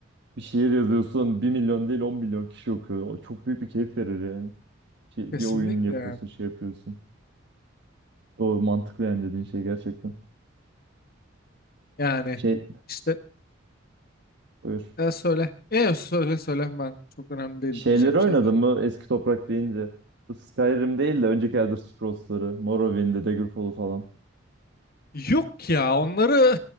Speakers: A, on the right; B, on the left.
A: bir şiir yazıyorsun bir milyon değil 10 milyon kişi okuyor. O çok büyük bir keyif verir yani. Şey,
B: kesinlikle
A: bir oyun yapıyorsun
B: yani.
A: şey yapıyorsun. Doğru mantıklı yani dediğin şey gerçekten.
B: Yani
A: Şey
B: işte
A: buyur.
B: e, söyle. E söyle söyle ben çok önemli değil
A: Şeyleri
B: diyeceğim
A: oynadın
B: şey zaten.
A: mı eski toprak deyince? Bu Skyrim değil de önceki Elder Scrolls'ları. Morrowind'i, Daggerfall'u falan.
B: Yok ya onları